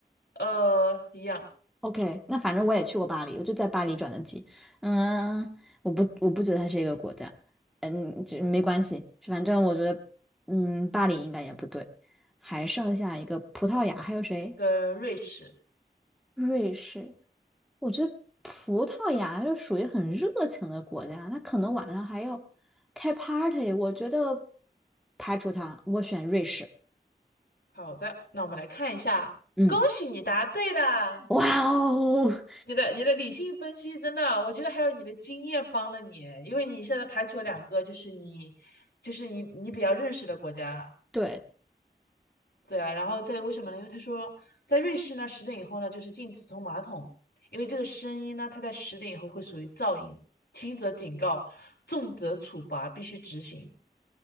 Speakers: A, on the left; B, in the centre.
A: 呃，一样，
B: OK，那反正我也去过巴黎，我就在巴黎转的机。嗯，我不，我不觉得它是一个国家。嗯，就没关系，反正我觉得，嗯，巴黎应该也不对。还剩下一个葡萄牙，还有谁？
A: 跟瑞士。
B: 瑞士。我觉得葡萄牙就属于很热情的国家，那可能晚上还要开 party。我觉得排除它，我选瑞士。
A: 好的，那我们来看一下，
B: 嗯，
A: 恭喜你答对了。
B: 哇哦，
A: 你的你的理性分析真的，我觉得还有你的经验帮了你，因为你现在排除了两个，就是你就是你你比较认识的国家，
B: 对
A: 对啊。然后这里为什么呢？因为他说在瑞士呢，十点以后呢就是禁止冲马桶，因为这个声音呢，它在十点以后会属于噪音，轻则警告，重则处罚，必须执行。